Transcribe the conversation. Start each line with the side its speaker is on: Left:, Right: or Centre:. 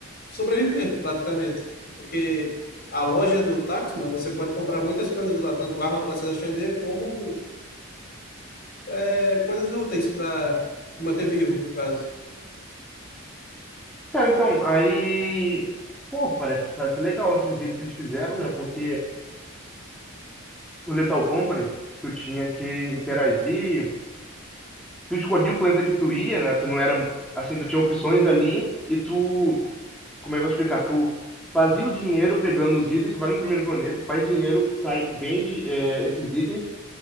Left: sobreviver, praticamente. Porque a loja do Taxman, você pode comprar muitas coisas lá, tanto arma para se defender, como é, coisas úteis para te manter vivo, no caso.
Centre: Cara, então, aí, pô, parece, parece legal esse jeito que eles fizeram, né? Porque no Lethal Company, tu tinha que interagir, tu escolhia o planeta que tu ia, né? Tu não era, assim, tu tinha opções ali e tu Como é que eu vou explicar? Tu fazia o dinheiro pegando os itens, tu vai no primeiro planeta, faz dinheiro, sai, vende é, esses itens,